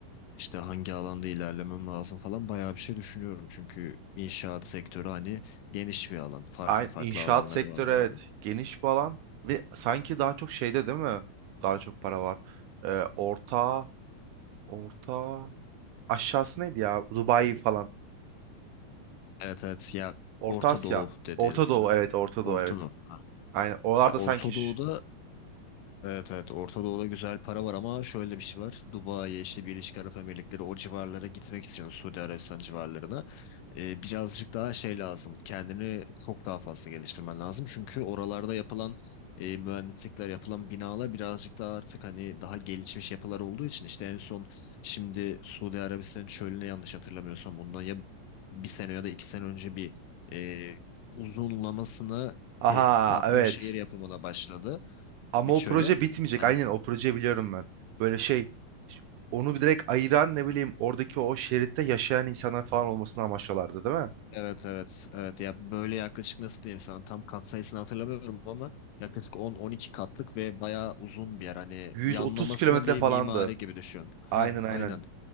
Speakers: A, on the left (about 80°); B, on the right (about 75°).
A: İşte hangi alanda ilerlemem lazım falan bayağı bir şey düşünüyorum. Çünkü inşaat sektörü hani geniş bir alan. Farklı
B: Aynı
A: farklı
B: inşaat
A: alanları
B: sektörü
A: var yani.
B: evet geniş bir alan ve sanki daha çok şeyde değil mi? Daha çok para var. Ee, orta, orta aşağısı neydi ya? Dubai falan.
A: Evet evet ya
B: Orta
A: Orta
B: Asya.
A: Doğu dediğin
B: Orta
A: senin.
B: Doğu evet Orta
A: Orta
B: Doğu evet.
A: Doğu. Ha.
B: Aynen oralarda
A: Ya Orta
B: sanki şu-
A: Doğu'da Evet evet Orta Doğu'da güzel para var ama şöyle bir şey var. Dubai'ye işte Birleşik Arap Emirlikleri o civarlara gitmek istiyorsun Suudi Arabistan civarlarına. Ee, birazcık daha şey lazım. Kendini çok daha fazla geliştirmen lazım. Çünkü oralarda yapılan e, mühendislikler yapılan binalar birazcık daha artık hani daha gelişmiş yapılar olduğu için işte en son şimdi Suudi Arabistan'ın çölüne yanlış hatırlamıyorsam bundan ya bir sene ya da iki sene önce bir e, uzunlamasına
B: Aha
A: e, katlı
B: evet.
A: bir şehir yapımına başladı
B: Ama
A: bir çöle.
B: o proje bitmeyecek.
A: Hani
B: Aynen o projeyi biliyorum ben. Böyle şey onu bir direkt ayıran ne bileyim oradaki o şeritte yaşayan insanlar falan olmasını amaçlıyorlardı değil mi?
A: evet evet evet ya böyle yaklaşık nasıl diyeyim sana tam kat sayısını hatırlamıyorum ama yaklaşık on on iki katlık ve bayağı uzun bir yer. Hani
B: 130
A: yanlamasına
B: kilometre
A: bir
B: falandı.
A: mimari gibi düşün. Ha
B: Aynen aynen.
A: aynen.